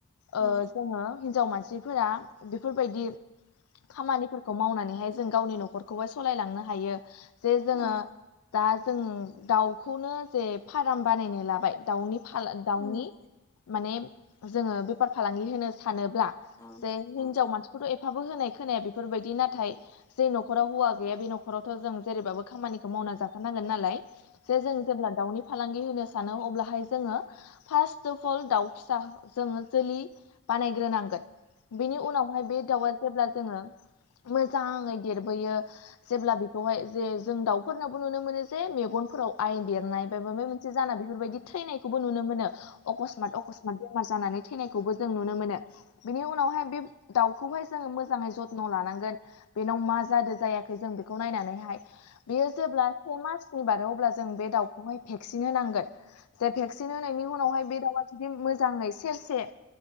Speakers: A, on the left; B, on the left.
A: औ
B: ओ जोङो हिन्जाव मानसिफोरा बेफोरबायदि खामानिफोरखौ मावनानैहाय जों गावनि न'खरखौहाय सालायलांनो हायो जे जोङो
A: औ
B: दा जों दाउखौनो जे फार्म बानायनो लाबाय दाउनि दाउनि
A: उम
B: माने जोङो बेफार फालांगि होनो सानोब्ला
A: औ
B: जेन हिनजाव
A: औ
B: मानसि खौथ' एफाबो होनाय खोनाया बेफोरबायदि नाथाय जे न'खराव हौवा गैया बे न'खराव थ' जों जेरैबाबो खामानिखौ मावना जाखानांगोन नालाय जे जों जेब्ला दाउनि फालांगि होनो सानो अब्लाहाय जोङो फार्स्ट अफ अल दाउ फिसा जोङो जोलै बानायग्रोनांगोन बेनि उनावहाय बे दाउआ जेब्ला जोङो मोजाङै देरबोयो जेब्ला बे बेखौहाय जे जों दाउफोरनावबो नुनो मोनो जे मेगनफोराव आइ देरनाय ब माब मोनसे से जाना बेफोरबायदि थैनायखौबो नुनो मोनो अकसमात अकसमात बेमार जानानै थैनायखौबो जों नुनो मोनो बिनि उनावहाय बे दाउखौहाय जोङो मोजाङै जथन' लानांगोन बेनाव मा जादों जायाखै जों बेखौ नायनानैहाय बेयो जेब्ला से मासनि बारो अब्ला जों बे दाउखौहाय भेक्सिन होनांगोन जे भेक्सिन होनायनि उनावहाय बे दाउआ जुदि मोजाङै सेरसे